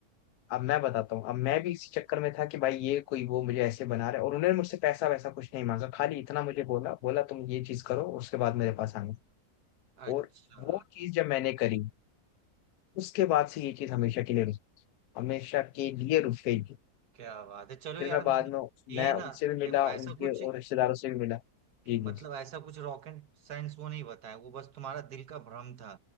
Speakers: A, on the left; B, on the right.
A: अब मैं बताता हूँ अब मैं भी इसी चक्कर में था कि भाई ये कोई वो मुझे ऐसे बना रहा है और उन्होंने मुझसे पैसा वैसा कुछ नहीं मांगा खाली इतना मुझे बोला बोला तुम ये चीज करो उसके बाद मेरे पास आना
B: अच्छा
A: और वो चीज जब मैंने करी उसके बाद से ये चीज हमेशा के लिए रुक हमेशा के लिए रुक गई थी।
B: क्या बात है चलो
A: फिर
B: यार
A: मैं बाद
B: मतलब
A: में
B: ये
A: मैं
B: ना
A: उनसे भी मिला
B: देखो ऐसा
A: उनके
B: कुछ
A: और रिश्तेदारों से भी मिला जी
B: मतलब
A: जी
B: ऐसा कुछ रॉकेट साइंस वो नहीं बताया वो बस तुम्हारा दिल का भ्रम था